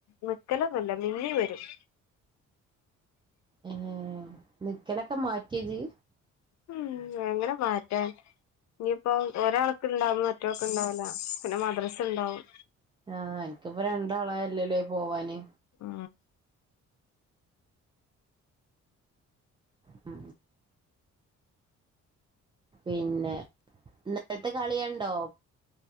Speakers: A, on the left; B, on the right.
A: നിക്കലൊന്നില്ല മടങ്ങി വരും
B: ഏ നിക്കലൊക്കെ മാറ്റിയജീ
A: ഉം എങ്ങനെ മാറ്റാൻ ഇനിയിപ്പോ ഒരാൾക്ക് ഇണ്ടാവു മറ്റോക്ക് ഉണ്ടാവില്ല പിന്നെ മദ്രസ ഉണ്ടാവും
B: ആ എനിക്കിപ്പ രണ്ടാളായല്ലല്ലേ പോവാന്
A: ആ
B: ഉ പിന്നെ ഇന്നലത്തെ കളിയണ്ടോ